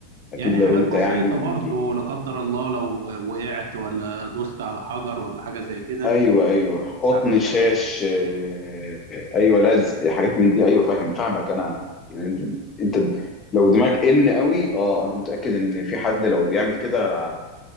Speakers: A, on the left; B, on the right.
A: اكيد
B: يعني
A: لو
B: حاجات
A: انت
B: بسيطة
A: يعني
B: برضو لا قدر الله لو وقعت ولا دوست على حجر ولا حاجة زي كده
A: ايوه ايوه قطن
B: إسعافات
A: شاش
B: أولية
A: آه، ايوه لزق حاجات من دي ايوه فاهم فاهمك انا يعني انت لو دماغك ان قوي اه انا متاكد ان في حد لو بيعمل كده